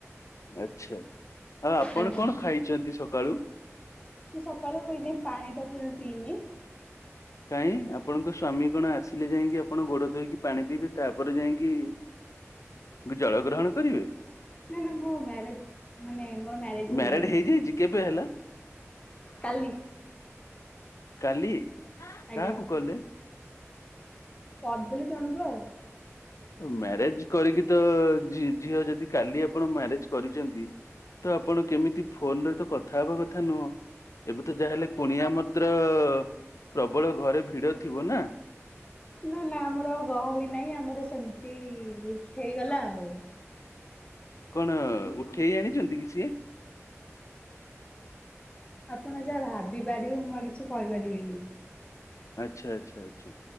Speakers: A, on the left; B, on the left.
A: ଆଚ୍ଛା ଆଉ ଆପଣ
B: ଆଜ୍ଞା।
A: କଣ ଖାଇଛନ୍ତି ସକାଳୁ?
B: ମୁଁ ସକାଳୁ ଏଯାଏଁ ପାଣି ଟୋପେ ବି ପିଇନି।
A: କାଇଁ ଆପଣଙ୍କ ସ୍ଵାମୀ କଣ ଆସିଲେ ଯାଇକି ଆପଣ ଗୋଡ ଧୋଇକି ପାଣି ପିଇବେ ତାପରେ ଯାଇକି ଜଳ ଗ୍ରହଣ କରିବେ?
B: ନା ନା ମୁଁ ମାରେଡ୍ ମାନେ ମୋର ମ୍ୟାରେଜ
A: ମ୍ୟାରେଡ
B: ହେଇନି।
A: ହେଇଯାଇଛି କେବେ ହେଲା
B: କାଲି
A: କାଲି?
B: ଆଜ୍ଞା
A: କାହାକୁ କଲେ
B: କରିଦେଲି ଜଣକୁ ଆଉ।
A: ଉଁ ମ୍ୟାରେଜ୍ କରିକି ତ ଝି-ଝିଅ ଯଦି କାଲି ଆପଣ ମ୍ୟାରେଜ୍ କରିଚନ୍ତି ତ ଆପଣ କେମିତି ଫୋନରେ ତ କଥା ହବା କଥା ନୁହଁ। ଏବେ ତ ଯାହାହେଲେ କୁଣିଆ ମତ୍ର ପ୍ରବଳ ଘରେ ଭିଡ ଥିବ ନା?
B: ନା ନା ଆମର ଗହଳି ନାହିଁ ଆମର ସେମିତି ହେ-ହେଇଗଲା ଆଉ।
A: କଣ ଉଠେଇ ଆଣିଚନ୍ତି କି ସିଏ?
B: ଆପଣ ଯାହା ଭାବି ପାରିବେ ମୁଁ ଆଉ କିଛି କହିପାରିବିନି।
A: ଆଚ୍ଛା ଆଚ୍ଛା ଆଚ୍ଛା